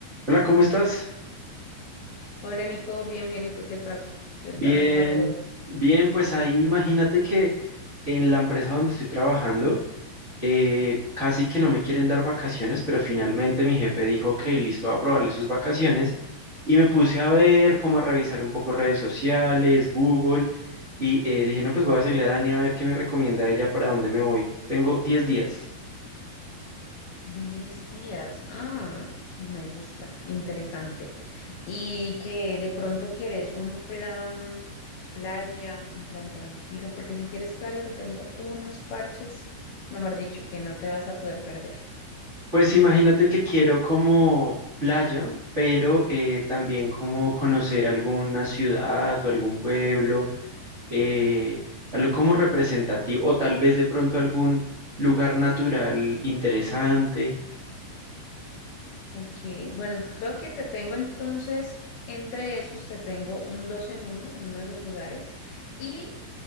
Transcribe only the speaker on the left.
Hola Nico, bien, bien, ¿y tú qué tal? ¿Qué
tal va todo?
Diez días, ah, me gusta, interesante. Y que de pronto quieres un plan playa, un plan tranquilo, porque si quieres playa te tengo unos parches, mejor dicho, que no te vas a poder perder.
Ok, bueno, creo que te tengo entonces, entre esos te tengo un dos en uno en uno de los lugares y